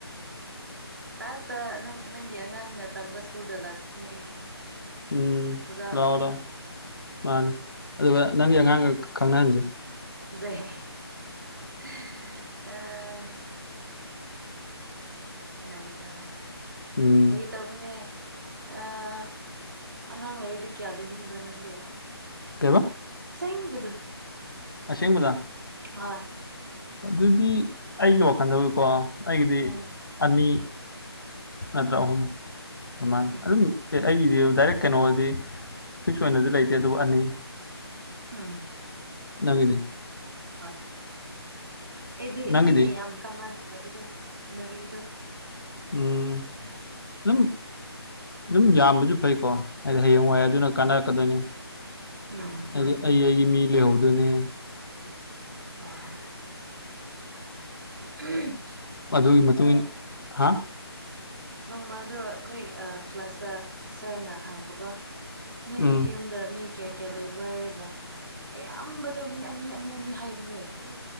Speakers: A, on the right; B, on the left.
A: ꯂꯥꯁꯇ ꯅꯪ ꯅꯪꯒꯤ ꯑꯉꯥꯡꯅ ꯇꯝꯕ ꯁ꯭ꯀꯨꯜꯗ ꯂꯥꯛꯀꯅꯤ ꯑꯩꯗꯣ
B: ꯎꯝ
A: ꯑꯣꯖꯥ
B: ꯂꯥꯛꯑꯣ
A: ꯑꯣꯏꯅꯤꯡꯉꯥꯏ
B: ꯂꯥꯛꯑꯣ ꯃꯥꯅꯤ ꯑꯗꯨꯒ ꯅꯪꯒꯤ ꯑꯉꯥꯡꯒ ꯈꯪꯅꯍꯟꯖꯦ
A: ꯐꯖꯩꯍꯦ ꯍꯦ ꯑꯥ ꯅꯨꯡꯉꯥꯏꯗ
B: ꯎꯝ
A: ꯇꯕꯅꯦ ꯑꯥ ꯑꯉꯥꯡ ꯂꯩꯔꯗꯤ ꯀꯌꯥ ꯂꯩꯅꯤꯡꯕ꯭ꯔ ꯅꯪꯗꯤ
B: ꯀꯩꯕ
A: ꯑꯁꯦꯡꯕꯗꯨ
B: ꯑꯁꯦꯡꯕꯗ
A: ꯍꯣꯏ
B: ꯑꯗꯨꯗꯤ ꯑꯩꯒꯤ ꯋꯥꯈꯜꯗꯕꯨꯀꯣ ꯑꯩꯒꯤꯗꯤ
A: ꯎꯝ
B: ꯑꯅꯤ ꯅꯠꯇ꯭ꯔ ꯑꯍꯨꯝ ꯑꯗꯨꯃꯥꯏꯅ
A: ꯎꯝ
B: ꯑꯗꯨꯝ ꯑꯦ ꯑꯩꯒꯤꯗꯤ ꯗꯥꯏꯔꯦꯛ ꯀꯩꯅꯣꯗꯤ ꯐꯤꯛꯁ ꯑꯣꯏꯅꯗꯤ ꯂꯩꯇꯦ ꯑꯗꯨꯕꯨ ꯑꯅꯤ
A: ꯍꯨꯝ
B: ꯅꯪꯒꯤꯗꯤ
A: ꯍꯣꯏ ꯍꯣꯏ ꯑꯩꯗꯤ
B: ꯅꯪꯒꯤꯗꯤ
A: ꯃꯤꯅ ꯌꯥꯝ ꯀꯃꯟ ꯑꯣꯏꯕꯗꯣ ꯃꯔꯤꯗꯣ
B: ꯎꯝ ꯑꯗꯨꯝ ꯑꯗꯨꯝ ꯌꯥꯝꯕꯖꯨ ꯐꯩꯀꯣ ꯍꯥꯏꯗꯤ ꯍꯌꯦꯡ ꯋꯥꯏ
A: ꯑꯥ
B: ꯑꯗꯨꯅ ꯀꯥꯟꯅꯔꯛꯀꯗꯣꯏꯅꯤ
A: ꯎꯝ
B: ꯍꯥꯏꯗꯤ ꯑꯩ ꯑꯩꯒꯤ ꯃꯤ ꯂꯩꯍꯧꯗꯣꯏꯅꯦ
A: ꯑꯥ ꯎꯝ
B: ꯃꯗꯨꯒꯤ ꯃꯇꯨꯡ ꯏꯟꯅ ꯍꯥ
A: ꯅꯣꯡꯃꯗꯣ ꯑꯩꯈꯣꯏ ꯑꯥ ꯀ꯭ꯂꯥꯁꯇ ꯁꯥꯔꯅ ꯍꯪꯕꯀꯣ ꯅꯣꯏꯒꯤ
B: ꯎꯝ
A: ꯌꯨꯝ ꯗ ꯃꯤ ꯀꯌꯥ ꯀꯌꯥ ꯂꯩꯕ꯭ꯔꯣ ꯍꯥꯏꯔꯒ ꯑꯌꯥꯝꯕꯗꯨ ꯃꯤ ꯑꯅꯤ ꯑꯅꯤ ꯑꯅꯤ ꯍꯥꯏꯕꯅꯦ ꯑꯌꯣ